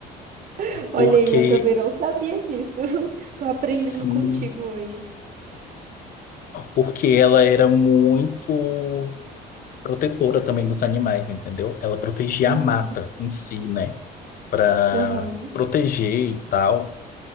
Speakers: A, on the right (about 55°); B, on the left (about 60°).
A: <laughs> olha
B: porque
A: aí, eu também não sabia disso. <laughs> Tô aprendendo
B: sim,
A: contigo hoje.
B: porque ela era muito protetora também dos animais, entendeu? Ela protegia
A: Uhum.
B: a mata em si, né, para
A: Aham.
B: proteger e tal.